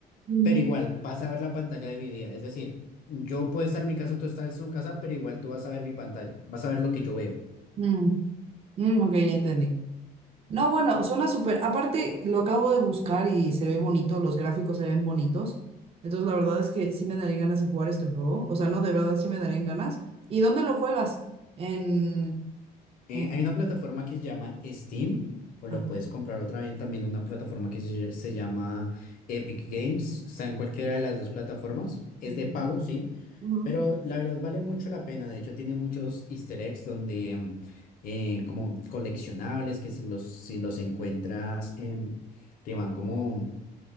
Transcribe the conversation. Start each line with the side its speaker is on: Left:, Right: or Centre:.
Right: Mm.
Left: Pero igual, vas a ver la pantalla dividida. Es decir, yo puedo estar en mi casa, tú estás en tu casa, pero igual tú vas a ver mi pantalla. Vas a ver lo que yo veo.
Right: Mm, mm, ok, ya entendí. No, bueno, suena súper. Aparte, lo acabo de buscar y se ve bonito, los gráficos se ven bonitos. Entonces, la verdad es que sí me darían ganas de jugar este juego. O sea, no, de verdad sí me darían ganas. ¿Y dónde lo juegas? En...
Left: Eh,
Right: en...
Left: hay una plataforma que se llama Steam, o lo
Right: ah,
Left: puedes comprar otra vez también una plataforma que se, se llama Epic Games. Está en cualquiera de las dos plataformas. Es
Right: en-
Left: de pago, sí.
Right: Ujú,
Left: Pero la verdad vale mucho la pena. De hecho, tiene muchos easter eggs donde, em, eh, como coleccionables, que si los, si los encuentras, em, te van como